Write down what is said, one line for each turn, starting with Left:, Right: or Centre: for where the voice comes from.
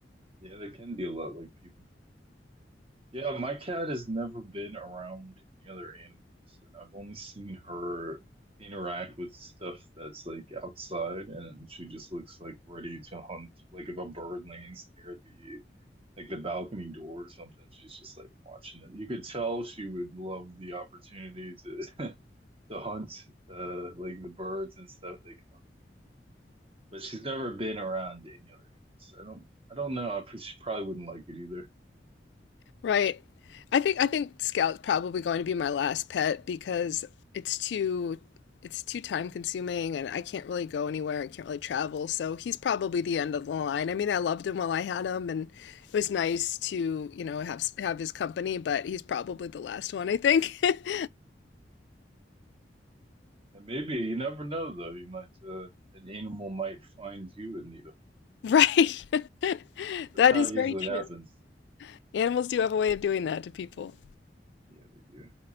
Right: Yeah, they can be a lot like people. Yeah, my cat has never been around any other animals, and I've only seen her interact with stuff that's like outside, and she just looks like ready to hunt. Like if a bird lands near the like the balcony door or something, she's just like watching it. You could tell she would love the opportunity to <laughs> to hunt uh like the birds and stuff they come. But she's never been around any other animals. So I don't I don't know. I, she probably wouldn't like it either.
Left: Right. I think I think Scout's probably going to be my last pet because it's too it's too time consuming and I can't really go anywhere. I can't really travel. So he's probably the end of the line. I mean, I loved him while I had him and it was nice to, you know, have have his company, but he's probably the last one, I think. <laughs>
Right: And maybe you never know, though. You might, uh, an animal might find you and need a home.
Left: Right. <laughs>
Right: That's
Left: That
Right: how
Left: is
Right: it usually
Left: very true.
Right: happens.
Left: Animals do have a way of doing that to people.
Right: Yeah, they do.